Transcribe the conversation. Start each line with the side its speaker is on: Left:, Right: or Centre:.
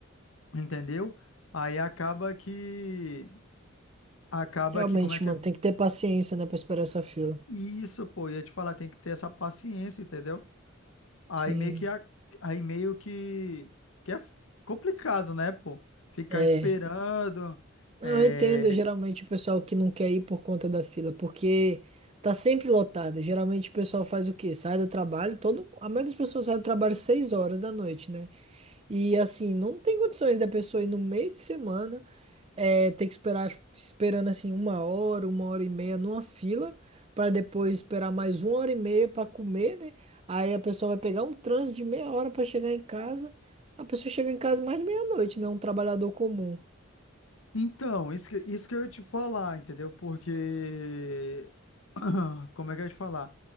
Left: entendeu? Aí acaba que, acaba
Right: Realmente,
Left: que, como é que
Right: mano,
Left: é?
Right: tem que ter paciência, né, pra esperar essa fila.
Left: Isso, pô, ia te falar, tem que ter essa paciência, entendeu? Aí
Right: Sim.
Left: meio que a- aí meio que, que é f- complicado, né, pô? Ficar
Right: É.
Left: esperando.
Right: Não,
Left: é.
Right: eu entendo geralmente o pessoal que não quer ir por conta da fila, porque tá sempre lotado. Geralmente o pessoal faz o quê? Sai do trabalho, todo, a maioria das pessoas sai do trabalho seis horas da noite, né? E assim, não tem condições da pessoa ir no meio de semana, é, ter que esperar, esperando assim uma hora, uma hora e meia numa fila, para depois esperar mais uma hora e meia para comer, né? Aí a pessoa vai pegar um trânsito de meia hora para chegar em casa. A pessoa chega em casa mais de meia-noite, né? Um trabalhador comum.
Left: Então, isso que, isso que eu ia te falar, entendeu? Porque. <clears throat> Como é que eu ia te falar?